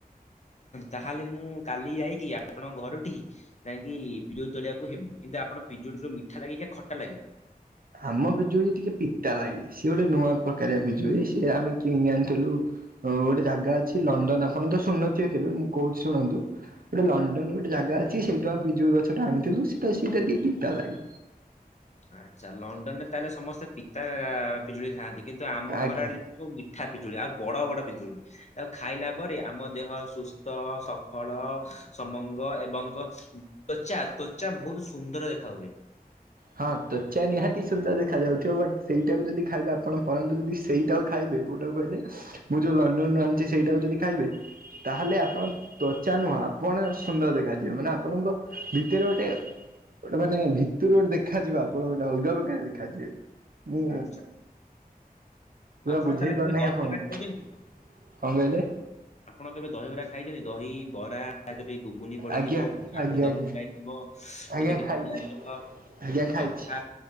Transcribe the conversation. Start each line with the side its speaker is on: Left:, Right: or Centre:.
Left: ତାହେଲେ ମୁଁ କାଲି ଯାଇକି ଆପଣଙ୍କ ଘରଟି ଯାଇଁକି ପିଜୁଳି ତଳିବାକୁ ହେବି କିନ୍ତୁ ଆପଣ ପିଜୁଡି ତ ମିଠା ଲାଗେ କି ଖଟା ଲାଗେ।
Right: ଆମ ପିଜୁଳି ଟିକେ ପିତା ଲାଗେ ସିଏ ଗୋଟେ ନୂଆ ପ୍ରକାରିଆ ପିଜୁଳି ସିଏ ଆମେ କିଣି ଆଣିଥିଲୁ। ହଁ ଗୋଟେ ଜାଗା ଅଛି ଲଣ୍ଡନ ଆପଣ ତ ଶୁଣୁନଥିବେ କେବେ ମୁଁ କହୁଛି ଶୁଣନ୍ତୁ। ଗୋଟେ ଲଣ୍ଡନ ଗୋଟେ ଜାଗା ଅଛି ସେଇଠୁ ଆମେ ପିଜୁଳି ଗଛଟା ଆଣିଥିଲୁ ସେଟା ସେଟା ଟିକେ ପିତା ଲାଗେ।
Left: ଆଚ୍ଛା ଲଣ୍ଡନ ରେ ତାହେଲେ ସମସ୍ତେ ପିତା ପିଜୁଳି ଖାଆନ୍ତି କିନ୍ତୁ ଆମ
Right: ଆଜ୍ଞା
Left: ଘର ଆଡେ ଯଦି ସବୁ ମିଠା ପିଜୁଳି ଆଉ ବଡ ବଡ ପିଜୁଳି। ଆଉ ଖାଇଲା ପରେ ଆମ ଦେହ ସୁସ୍ଥ ସଫଳ ସମଙ୍ଗ ଏବଂଙ୍ଗ ତ୍ୱଚା ତ୍ୱଚା ବହୁତ ସୁନ୍ଦର ଦେଖା ହୁଏ।
Right: ହଁ ତ୍ୱଚା ନିହାତି ସୁନ୍ଦର ଦେଖା ଯାଉଥିବ ବଟ୍ ସେଇଟାକୁ ଯଦି ଖାଇବେ ଆପଣ ପରନ୍ତୁ ଯଦି ସେଇଟାକୁ ଖାଇବେ କୋଉଟାକୁ କହିଲେ ମୁଁ ଯେଉଁ ଲଣ୍ଡନରୁ ଆଣିଛି ସେଇଟାକୁ ଯଦି ଖାଇବେ ତାହେଲେ ଆପଣ ତ୍ୱଚା ନୁହଁ ଆପଣ ସୁନ୍ଦର ଦେଖାଯିବ ମାନେ ଆପଣଙ୍କ ଭିତରେ ଗୋଟେ ଗୋଟେ ମାନେ ଭିତରୁ ଗୋଟେ ଦେଖାଯିବ ଆପଣ ଗୋଟେ ଅଲଗା ପ୍ରକାର ଦେଖାଯିବେ। ମୁଁ
Left: ଆଚ୍ଛା
Right: ପୁରା
Left: ଆପଣ
Right: ବୁଝେଇ
Left: ତାହେଲେ
Right: ପାରୁନାହିଁ
Left: କେବେ ଦହିବରା
Right: ଆପଣଙ୍କୁ।
Left: ଖାଇଛନ୍ତି?
Right: କଣ କହିଲେ।
Left: ଆପଣ କେବେ ଦହି ବରା ଖାଇଛନ୍ତି ଦହି ବରା <unintelligible> ଗୁନି ପଡିଥିବ
Right: ଆଜ୍ଞା ଆଜ୍ଞା
Left: ଆଳୁଦମ
Right: ଆଜ୍ଞା
Left: ମଟା ହେଇଥିବ ସେ
Right: ଆଜ୍ଞା
Left: ଟିକେ
Right: ଖାଇଛି
Left: ପିଆଜ
Right: ଆଜ୍ଞା ଖାଇଛି
Left: ଲଙ୍କା